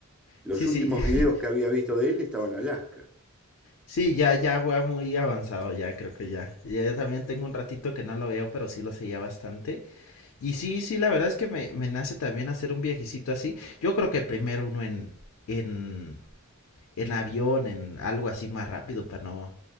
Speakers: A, in the centre; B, on the left.
A: Los
B: sí,
A: últimos
B: sí, <laughs>
A: videos que había visto de él estaban en Alaska,
B: sí, ya, ya va muy avanzado, ya creo que ya. Ya yo también tengo un ratito que no lo veo, pero sí lo seguía bastante. Y sí, sí, la verdad es que me, me nace también hacer un viajecito así. Yo creo que primero uno en, en, en avión, en algo así más rápido para no,